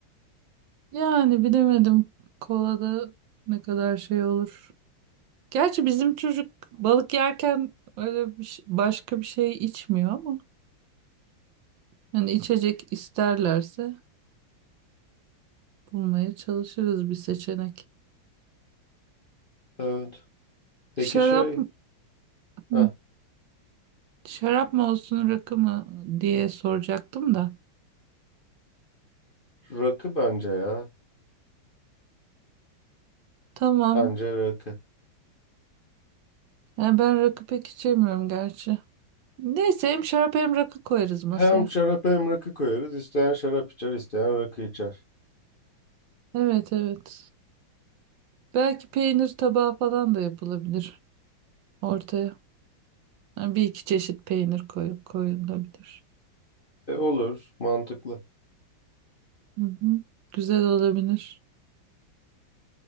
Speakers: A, on the right; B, on the left.
A: Yani bilemedim. Kolada ne kadar şey olur. Gerçi bizim çocuk balık yerken öyle bir şey- başka bir şey içmiyor ama hani içecek isterlerse bulmaya çalışırız bir seçenek.
B: Evet. Peki
A: Şarap
B: şey,
A: mı-
B: heh,
A: hı, şarap mı olsun rakı mı diye soracaktım da.
B: rakı bence ya.
A: Tamam.
B: Bence rakı.
A: Yani ben rakı pek içemiyorum gerçi. Neyse hem şarap hem rakı koyarız masaya.
B: Hem şarap hem rakı koyarız. İsteyen şarap içer, isteyen rakı içer.
A: Evet evet. Belki peynir tabağı falan da yapılabilir ortaya. Yani bir iki çeşit peynir koy koyulabilir.
B: E, olur, mantıklı.
A: Hı hı. Güzel olabilir.